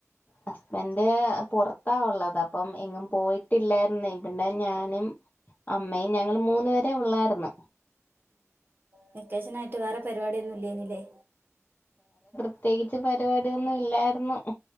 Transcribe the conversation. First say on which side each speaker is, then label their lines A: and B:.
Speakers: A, on the left (about 35°); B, on the right (about 40°).
A: ഹസ്ബൻഡ് പുറത്താവുള്ളത് അപ്പം എങ്ങും പോയിട്ടില്ലായിരുന്നേ പിന്നെ ഞാനും അമ്മയും ഞങ്ങള് മൂന്ന പേരെ ഉള്ളായിന്ന്
B: വെക്കേഷന ആയിട്ട് വേറെ പരിപാടിയൊന്നുംല്ലേനില്ലേ
A: പ്രതേകിച്ച്പരിപാടിയൊന്നും ഇല്ലായിരുന്നു